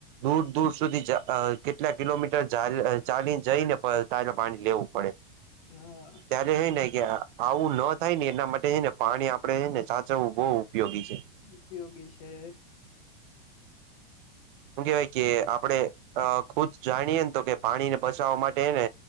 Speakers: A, on the right; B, on the left.
A: દૂર દૂર સુધી જ કેટલા કિલોમીટર જા ચાલીને જઈ ને પ તાજા પાણી લેવું પડે.
B: હા,
A: ત્યારે હેઈ ને કે આવું ન થાય ને એના માટે હેને પાણી આપડે હેને સાચવવું બહુ ઉપયોગી છે.
B: ઉપયોગી છે.
A: શું કેહેવાય કે આપણે ખુદ જાણીએ ને તો કે પાણીને બચાવવા માટે હેને,